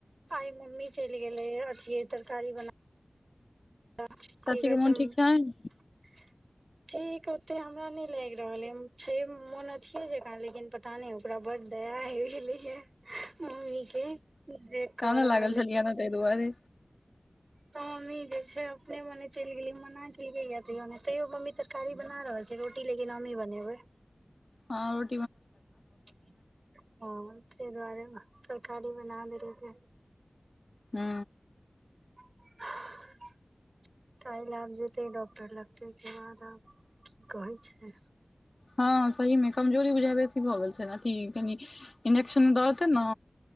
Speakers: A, on the right (about 60°); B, on the left (about 50°).
A: आइ मम्मी चलि गेलै यै। छियै तरकारी बना क
B: चाची
A: <unintelligible> कहै
B: के मोन
A: छै।
B: ठीक
A: <unintelligible>
B: छैन
A: ठीक ओते हमरा नै लैग रहल आय, छै मोन अथिए जेका, लेकिन पता नै ओकरा बड दया आइव गेलै यै। ओ <unintelligible> के <unintelligible> क
B: कानऽ
A: रहल
B: लागल छलियै
A: है।
B: ने ताहि दुआरे
A: तऽ <unintelligible> मम्मी जे छै, अपने मोने चैल गेलै, हम मना केलिये या, तैयो मम्मी तरकारी बना रहल छै रोटी किन हमही बनेबै।
B: और।
A: ह तै <unintelligible> दुआरे तरकारी बना देलीयै।
B: हू।
A: <unintelligible> काइल आब जेतै डॉक्टर लग तै, के बाद आब की कहै छै?
B: हँ सहीमे, कमजोरी बुझाइ यै बेसी भऽ गेल छै न, अथि कनि इंजेक्शन दऽ देतै न